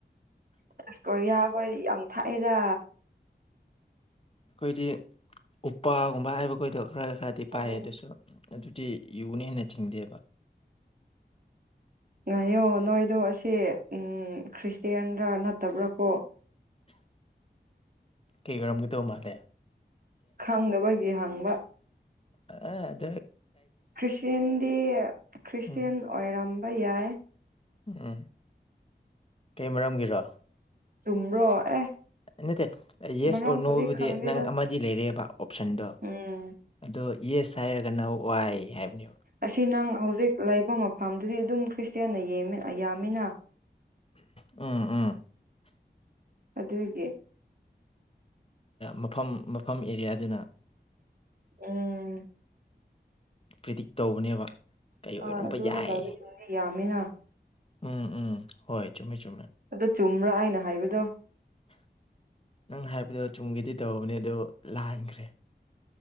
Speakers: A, on the right; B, on the left.
A: ꯑꯦꯁ ꯀꯣꯔꯤꯌꯥ ꯍꯣꯏꯗꯤ ꯌꯥꯝ ꯊꯥꯏꯑꯦꯗ
B: ꯑꯩꯈꯣꯏꯗꯤ ꯎꯄꯥꯒꯨꯝꯕ ꯍꯥꯏꯕꯈꯣꯏꯗꯣ ꯈꯔ ꯈꯔꯗꯤ
A: ꯎꯝ
B: ꯄꯥꯏ ꯑꯗꯨꯁꯨ ꯑꯗꯨꯗꯤ ꯌꯨꯅ ꯍꯦꯟꯅ ꯆꯤꯡꯗꯦꯕ
A: ꯉꯥꯏꯌꯣ ꯅꯣꯏꯗꯣ ꯑꯁꯤꯁꯦ ꯎ ꯈ꯭ꯔꯤꯁꯇꯌꯥꯦꯟꯔꯥ ꯅꯠꯇꯕ꯭ꯔꯥꯀꯣ
B: ꯀꯩ ꯀꯔꯝꯒꯗꯧ ꯃꯥꯜꯂꯦ
A: ꯈꯥꯡꯗꯕꯒꯤ ꯍꯥꯡꯕ
B: ꯑꯗ
A: ꯈ꯭ꯔꯤꯁꯇꯦꯟꯗꯤ ꯈ꯭ꯔꯤꯁꯇꯦꯟ
B: ꯎꯝ
A: ꯑꯣꯏꯔꯝꯕ ꯌꯥꯏ
B: ꯎꯝ ꯀꯩ ꯃꯔꯝꯒꯤꯔꯣ
A: ꯆꯨꯝꯕ꯭ꯔꯣ ꯑꯦ
B: ꯅꯠꯇꯦ ꯌꯦꯁ
A: ꯃꯔꯝꯕꯨꯗꯤ
B: ꯑꯣꯔ ꯅꯣꯕꯨꯗꯤ
A: ꯈꯪꯗꯦꯗ
B: ꯅꯪ ꯑꯃꯗꯤ ꯂꯩꯔꯦꯕ ꯑꯣꯞꯁꯟꯗꯣ
A: ꯎꯝ
B: ꯑꯗꯣ ꯌꯦꯁ ꯍꯥꯏꯔꯒꯅ ꯋꯥꯏ ꯍꯥꯏꯕꯅꯤ
A: ꯑꯁꯤ ꯅꯪ ꯍꯧꯖꯤꯛ ꯂꯩꯕ ꯃꯐꯝꯗꯨꯗꯤ ꯑꯗꯨꯝ ꯈ꯭ꯔꯤꯁꯇꯤꯌꯥꯅꯃꯤ ꯌꯥꯝꯃꯤꯅ <unintelligible>
B: ꯎꯝ ꯎꯝ
A: ꯑꯗꯨꯗꯦ
B: ꯃꯐꯝ ꯃꯐꯝ ꯑꯦꯔꯤꯌꯥꯗꯨꯅ
A: ꯎꯝ
B: ꯄ꯭ꯔꯤꯗꯤꯛ ꯇꯧꯕꯅꯦꯕ ꯀꯩ ꯑꯣꯏꯔꯝꯕ
A: ꯑꯥ ꯑꯗꯨꯅ
B: ꯌꯥꯏ
A: ꯂꯔꯁꯤꯡꯗꯤ ꯌꯥꯝꯃꯤꯅ
B: ꯎꯝ ꯎꯝ ꯍꯣꯏ ꯆꯨꯝꯃꯤ ꯆꯨꯝꯃꯤ
A: ꯑꯗꯣ ꯆꯨꯝꯕ꯭ꯔꯥ ꯍꯥꯏꯅ ꯍꯥꯏꯕꯗꯣ
B: ꯅꯪ ꯍꯥꯏꯕꯗꯣ ꯆꯨꯝꯒꯤꯗꯤ ꯇꯧꯕꯅꯦ ꯑꯗꯨ ꯂꯥꯏꯈ꯭ꯔꯦ